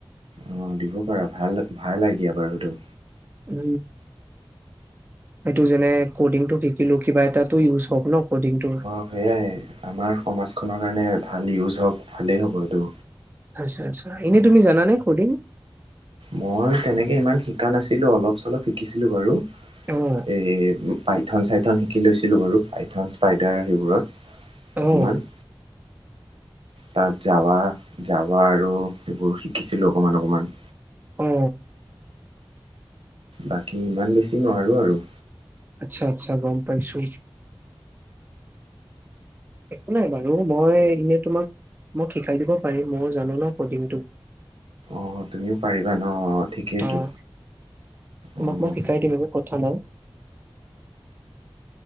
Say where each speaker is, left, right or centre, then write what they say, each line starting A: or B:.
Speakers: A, on the right; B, on the right.
A: অ দিব পাৰা ভাল ভাল আইদিয়া বাৰু এটো
B: উ এইটো যেনে কডিং টো শিকিলো কিবা এটাটো ইউজ হক ন কডিংটো
A: অঁ সেয়াই আমাৰ সমাজখনৰ কাৰণে ভাল ইউজ হওক ভালেই হ'ব এইটো
B: আচ্ছা আচ্ছা এনেই তুমি জানে কৰ্ডিং
A: মই তেনেকে ইমান শিকা নাছিলো অলপ চলপ শিকিছিলো বাৰু
B: অ'
A: এই পাইথন চাইথন শিকি লৈছিলোঁ বাৰু পাইথন স্পাইডাৰ সেইবোৰত
B: অ'
A: অকণমান তাত যাবা যাবা আৰু এইবোৰ শিকিছিলো অকমান অকমান
B: অ
A: বাকী ইমান বেছি নোৱাৰো আৰু
B: আচ্ছা আচ্ছা গম পাইছো একো নাই বাৰু মই এনেই তোমাক মোক শিকাই দিব পাৰিম মই জানো ন কডিংটো
A: অ তুমিও পাৰিবা ন ঠিকেইতো
B: অ' তোমাক
A: অঁ
B: মই শিকাই দিম একো কথা নাই